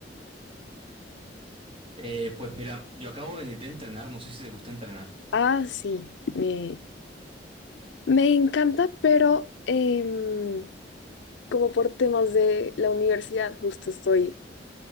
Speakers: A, on the right; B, on the left.
A: Eh, pues mira, yo acabo de venir de entrenar, no sé si te gusta entrenar.
B: Ah, sí, me, me encanta, pero em, como por temas de la universidad, justo estoy